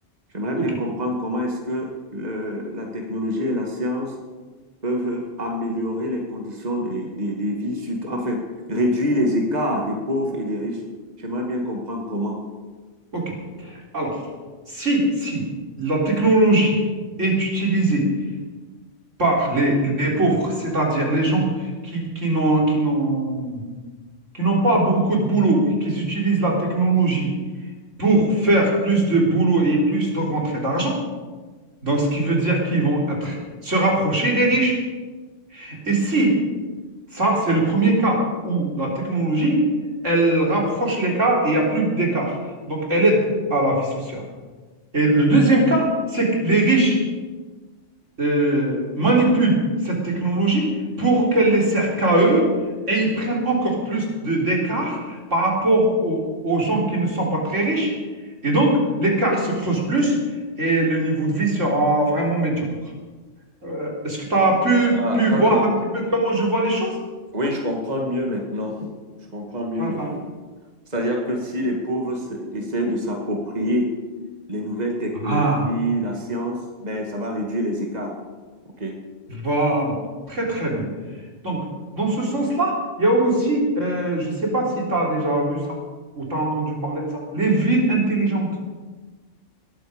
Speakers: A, on the right; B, on the right.
A: J'aimerais
B: Ok,
A: bien comprendre comment est-ce que le- la technologie et la science peuvent améliorer les conditions des, des, des vies, surt- enfin, réduire les écarts des pauvres et des riches. J'aimerais bien comprendre comment.
B: ok. Alors, si, si la technologie est utilisée par les, les pauvres, c'est-à-dire les gens qui, qui n'ont, qui n'ont qui n'ont pas beaucoup de boulot et qui utilisent la technologie pour faire plus de boulot et plus de rentrée d'argent. Donc, ce qui veut dire qu'ils vont être, se rapprocher des riches. Et si, ça, c'est le premier cas où la technologie, elle rapproche l'écart et il n'y a plus d'écart. Donc, elle aide à la vie sociale. Et le deuxième cas, c'est que les riches euh, manipulent cette technologie pour qu'elle les sert qu'à eux et ils prennent encore plus de d'écart par rapport aux, aux gens qui ne sont pas très riches. Et donc, l'écart se creuse plus et le niveau de vie sera vraiment médiocre. Euh, est-ce que tu as pu,
A: Ah,
B: pu
A: d'accord.
B: voir un petit peu comment je vois les choses?
A: Oui, je comprends mieux maintenant. Je comprends mieux
B: Voilà.
A: maintenant. C'est-à-dire que si les pauvres s- essaient de s'approprier les nouvelles technologies,
B: Ah,
A: la science, ben, ça va réduire les écarts. OK.
B: voilà, très très bien. Donc, dans ce sens-là, il y a aussi, euh, je ne sais pas si tu as déjà vu ça ou tu as entendu parler de ça, les villes intelligentes.